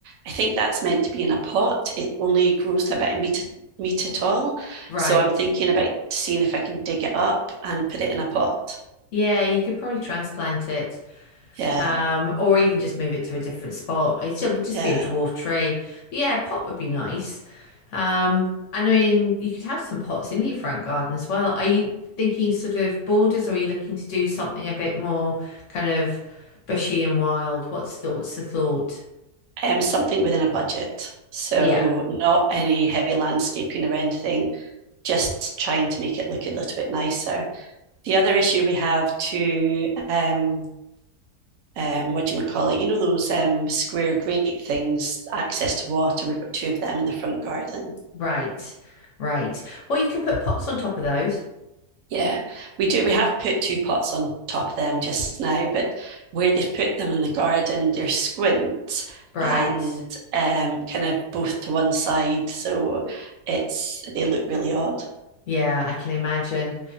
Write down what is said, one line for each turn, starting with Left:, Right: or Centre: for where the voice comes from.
Right: I think that's meant to be in a pot. It only grows to about a meter, meter tall.
Left: Right.
Right: So I'm thinking about seeing if I can dig it up and put it in a pot.
Left: Yeah, you could probably transplant it.
Right: Yeah,
Left: Um, or even just move it to a different spot. It should- would just
Right: yeah.
Left: be a dwarf tree. But yeah, a pot would be nice. Um, and I mean, you could have some pots in your front garden as well. Are you thinking sort of borders, or are you looking to do something a bit more kind of bushy and wild? What's the, what's the thought?
Right: Um, something within a budget. So
Left: Yeah,
Right: not any heavy landscaping or anything, just trying to make it look a little bit nicer. The other issue we have to um, um, what do you call it? You know those um, square grate things, access to water. We've got two of them in the front garden.
Left: right, right. Well, you could put pots on top of those.
Right: Yeah, we do. We have put two pots on top of them just now, but where they've put them in the garden, they're squint
Left: Right.
Right: and um, kind of both to one side, so it's they look really odd.
Left: Yeah, I can imagine.